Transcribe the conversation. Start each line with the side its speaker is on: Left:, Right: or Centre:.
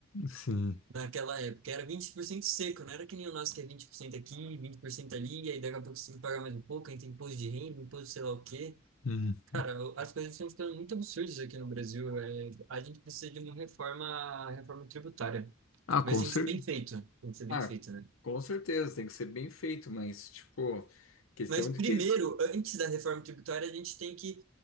Left: Sim.
Right: naquela época. Era 20% seco, não era que nem o nosso que é 20% aqui, 20% ali, e aí daqui a pouco você tem que pagar mais um pouco, aí tem imposto de renda, imposto sei lá o quê.
Left: Uhum.
Right: Cara, o- as coisas estão ficando muito absurdas aqui no Brasil. é, a gente precisa de uma reforma, reforma tributária.
Left: Ah, com
Right: Mas tem
Left: cer...
Right: que ser bem feito, tem que ser bem
Left: Ah,
Right: feito, né?
Left: com certeza, tem que ser bem feito, mas, tipo, questão
Right: Mas primeiro,
Left: de que
Right: antes da reforma tributária, a gente tem que